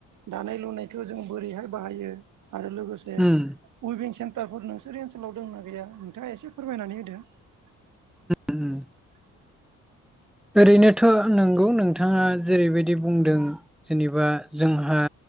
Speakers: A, on the right; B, in the centre.
A: दानाय लुनायखौ जों बोरैहाय बाहायो आरो लोगोसे जे
B: उम
A: उइभिं सेन्टारफोर नोंसोरनि ओनसोलाव दं ना गैया नोंथाङा एसे फोरमायनानै होदो <inaudible>
B: उम ओरैनोथ' नंगौ नोंथाङा जेरैबायदि बुंदों जेनेबा जोंहा